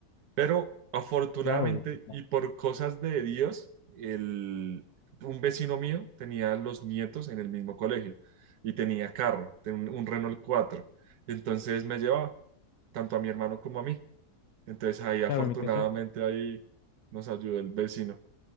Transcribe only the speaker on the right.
Pero afortunadamente
y por cosas de Dios, el, un vecino mío tenía los nietos en el mismo colegio y tenía carro, ten- un Renault 4. Entonces me llevaba tanto a mi hermano como a mí. Entonces ahí afortunadamente
ahí nos ayudó el vecino.